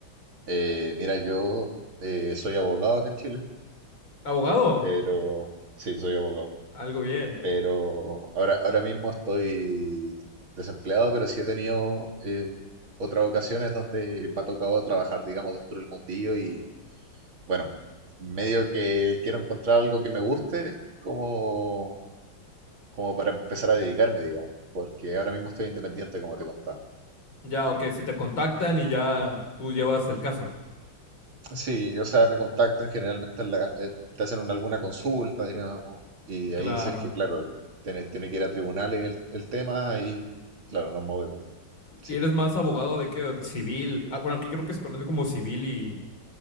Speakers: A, on the right; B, on the left.
A: Eh, mira, yo eh, soy abogado acá en Chile,
B: ¿Abogado?
A: pero sí, soy abogado.
B: Algo bien.
A: Pero ahora, ahora mismo estoy desempleado, pero sí he tenido eh, otras ocasiones donde me ha tocado trabajar, digamos, dentro del mundillo y bueno, medio que quiero encontrar algo que me guste como, como para empezar a dedicarme, digamos, porque ahora mismo estoy independiente, como te contaba.
B: Ya, ok, se te
A: Sí,
B: contactan y ya tú llevas el caso.
A: sí, o sea, me contactan generalmente, en la- en- te hacen una- alguna consulta, digamos, y
B: Claro.
A: ahí si es que, claro, tiene, tiene que ir a tribunales el, el tema y, claro, nos movemos. Sí.
B: ¿Y eres más abogado de qué? ¿Civil? Ah, bueno, aquí creo que se conoce como civil y